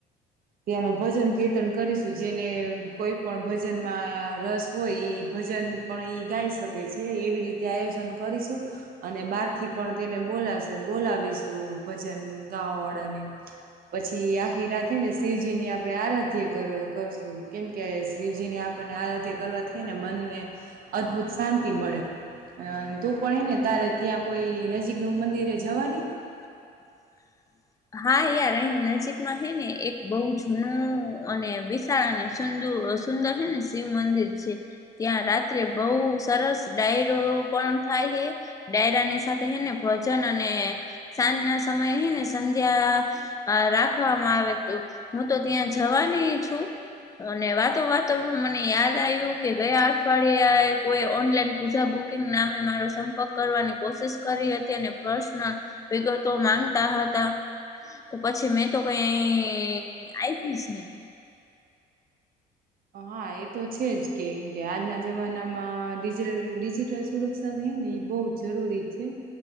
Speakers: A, on the right; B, on the left.
A: ત્યાંનો ભજન કીર્તન કરીશ જેને કોઈ પણ ભજનમાં રસ હોય ભજન પણ ઈ ગાઈ શકે છે. એવી રીતે આયોજન કરીશું અને બહારથી પણ તેને બોલાશે બોલાવીશું પ જન ગાવા વાળાને પછી આખી રાત હેને શિવજીની આપડે આરાધ્ય કર કરશું કેમકે શિવજીની આપણને આરાધ્ય કરવા થઈ ને મનને અદભુત શાંતિ મળે અ તુ પણ હેને તારે ત્યાં કોઈ નજીકનુ મંદિરે જવાની?
B: <inaudible> હા યાર અહી નજીકમાં હે ને એક બહુ જૂનું અને વિશાળ અને સુંદ સુંદર છે, ને શિવ મંદિર છે, ત્યાં રાત્રે બહુ સરસ ડાયરો પણ થાય હે ડાયરાની સાથે હેને ભજન અને સાંજના સમયે હેને સંધ્યા રાખવામાં આવે તો હું તો ત્યાં જવાની છું. અને વાતો વાતોમા મને યાદ આવ્યું કે ગયા અઠવાડિયે કોઈ ઓનલાઈન પૂજા કુકિંગ નામે મારો સંપર્ક કરવાની કોશિશ કરી હતી અને પર્સનલ વિગતો માંગતા હ તા તો પછી મેં તો કઈ આપી જની
A: હા એ તો છે, જ કેમ કે આજના જમાનામાં ડિજિલ ડિજિટલ સુરક્ષાની એ બોવ જરૂરી છે.